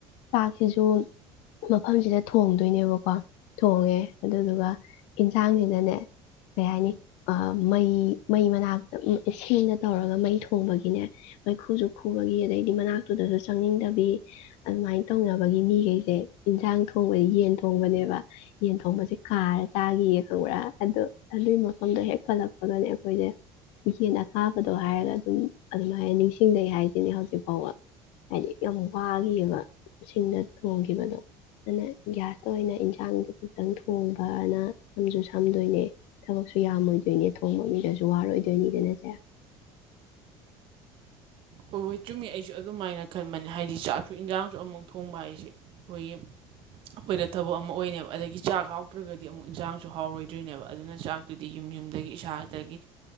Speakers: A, on the left (about 70°); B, on the right (about 50°).
A: ꯆꯥꯛꯁꯤꯁꯨ ꯃꯐꯝꯁꯤꯗ ꯊꯣꯡꯗꯣꯏꯅꯦꯕꯀꯣ ꯊꯣꯡꯉꯦ ꯑꯗꯨꯗꯨꯒ ꯏꯟꯁꯥꯡꯁꯤꯗꯅꯦ ꯀꯩ ꯍꯥꯏꯅꯤ ꯃꯩ ꯃꯩ ꯃꯅꯥꯛꯇ ꯏꯁꯤꯡꯅ ꯇꯧꯔꯒ ꯃꯩ ꯊꯣꯡꯕꯒꯤꯅꯦ ꯃꯩꯈ ꯈꯨꯁꯨ ꯈꯨꯕꯒꯤ ꯑꯗꯩꯗꯤ ꯃꯅꯥꯛꯇꯨꯗꯁꯨ ꯆꯪꯅꯤꯡꯗꯕꯤ ꯑꯗꯨꯃꯥꯏꯅ ꯇꯧꯅꯕꯒꯤ ꯃꯤꯈꯩꯁꯦ ꯌꯦꯟꯁꯥꯡ ꯊꯣꯡꯕꯗ ꯌꯦꯟ ꯊꯣꯡꯕꯅꯦꯕ ꯌꯦꯟ ꯊꯣꯡꯕꯁꯦ ꯀꯥꯔ ꯆꯥꯈꯤꯌꯦ ꯈꯪꯕ꯭ꯔꯥ ꯑꯗꯨꯗ ꯑꯗꯨꯒꯤ ꯃꯐꯝꯗꯣ ꯍꯦꯛ ꯐꯠꯂꯛꯄꯒꯅꯦ ꯑꯩꯈꯣꯏꯁꯦ ꯌꯦꯟ ꯑꯈꯥꯕꯗꯣ ꯍꯥꯏꯔꯒ ꯑꯗꯨꯝ ꯑꯗꯨꯃꯥꯏꯅ ꯅꯤꯡꯁꯤꯡꯅꯩ ꯍꯥꯏꯁꯤꯅꯦ ꯍꯧꯖꯤꯛ ꯐꯥꯎꯕ ꯍꯥꯏꯗꯤ ꯌꯥꯝ ꯋꯥꯈꯤꯑꯕ ꯁꯤꯡꯗ ꯊꯣꯡꯈꯤꯕꯗꯣ ꯑꯗꯨꯅ ꯒ꯭ꯌꯥꯁꯇ ꯑꯣꯏꯅ ꯏꯟꯁꯥꯡꯗꯣ ꯈꯛꯇꯪ ꯊꯣꯡꯕꯅ ꯁꯝꯁꯨ ꯁꯝꯗꯣꯏꯅꯦ ꯊꯕꯛꯁꯨ ꯌꯥꯝꯃꯣꯏꯗꯣꯏꯅꯦ ꯊꯣꯡꯕ ꯃꯤꯗꯁꯨ ꯋꯥꯔꯣꯏꯗꯣꯏꯅꯤꯗꯅꯁꯦ
B: ꯍꯣꯏ ꯍꯣꯏ ꯆꯨꯝꯃꯤ ꯑꯩꯁꯨ ꯑꯗꯨꯝꯥꯏꯅ ꯈꯟꯕꯅꯦ ꯍꯥꯏꯗꯤ ꯆꯥꯛꯁꯨ ꯏꯟꯖꯥꯡꯁꯨ ꯑꯃꯨꯛ ꯊꯣꯡꯕ ꯍꯥꯏꯁꯦ ꯑꯩꯈꯣꯏꯒꯤ ꯑꯩꯈꯣꯏꯗ ꯊꯕꯛ ꯑꯃ ꯑꯣꯏꯅꯅꯦꯕ ꯑꯗꯒꯤ ꯆꯥꯛ ꯍꯥꯎꯇ꯭ꯔꯒꯗꯤ ꯑꯃꯨꯛ ꯏꯟꯖꯥꯡꯁꯨ ꯍꯥꯎꯔꯣꯏꯗ꯭ꯔꯤꯅꯦꯕ ꯑꯗꯨꯅ ꯆꯥꯛꯇꯨꯗꯤ ꯌꯨꯝ ꯌꯨꯝꯗꯒꯤ ꯏꯁꯥꯗꯒꯤ